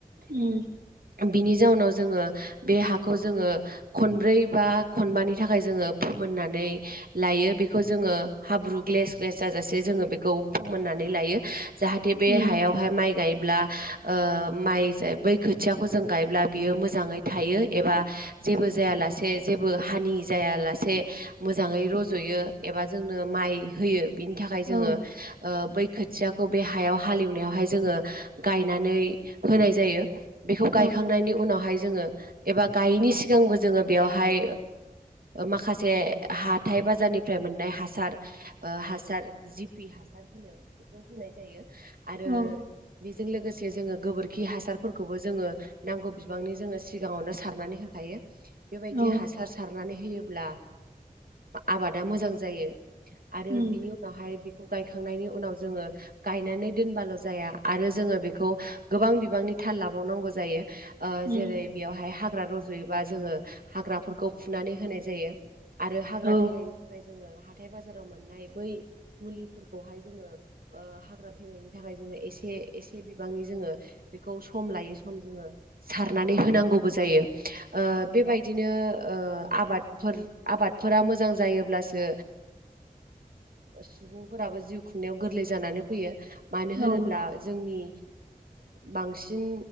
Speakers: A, on the right; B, on the right.
A: उम
B: बिनि जाउनाव जोङो बे हाखौ जोङो खनब्रै बा खनबानि थाखाय जोङो फोमोन होनानै लायो बेखौ जोङो हाब्रु ग्लेस ग्लेस जाजासे जोङो बेखौ फोमोननानै लायो। जाहाथे बे
A: उम
B: हायावहाय माइ गायोब्ला माइ बै खोथियाखौ जों गायब्ला बियो मोजाङै थायो एबा जेबो जायालासे जेबो हानि जाया लासे मोजाङै रज'यो एबा जोंनो माइ होयो बिनि थाखाय जोङो
A: औ
B: बै खोथियाखौ बे हायाव हालेवनायाव जोङो गायनानै होनाय जायो बेखौ गायखांनायनि
A: औ
B: उनावहाय जोङो एबा गायैनि सिगांबो जोङो बेयावहाय माखासे हाथाइ बाजारनिफ्राय मोननाय हासार हासार जिपि हासार होनो बेखौ होनाय जायो। आरो
A: औ
B: बेजों लोगोसे जोङो गोबोरखि हासारफोरखौबो जोङो नांगौ बिबांनि जोङो सिगाङावनो सारनानै होखायो। बेबायदि
A: औ
B: हासार सारनानै होयोब्ला आबादा मोजां जायो। आरो
A: उम
B: बिनि अनावहाय गायखांनायनि उनाव जोङो गायनानै दोनबाल' जाया आरो जोङो बेखौ गोबां बिबांनि थाल लाबावनांगौ जायो
A: उम
B: जेरै बेयावहाय हाग्रा रज'योबा जोङो हाग्रा खौ फुनानै होनाय जायो आरो हाग्रा
A: औ
B: थैनायनि थाखाय जोङो हाथाइ बाजाराव मोननाय बै मुलिफोरखौहाय जोङो हाग्रा थैनायनि थाखाय जोङो एसे एसे बिबांनि जोङो बेखौ सम लायै सम जोङो सारनानै होनांगौबो जायो। ओ बेबायदिनो आबादफोर आबादफोरा मोजां जायोब्लासो सुबुंफोराबो जिउ खुंनायाव गोरलै जानानै फैयो। मानो
A: औ
B: होनोब्ला जोंनि बांसिन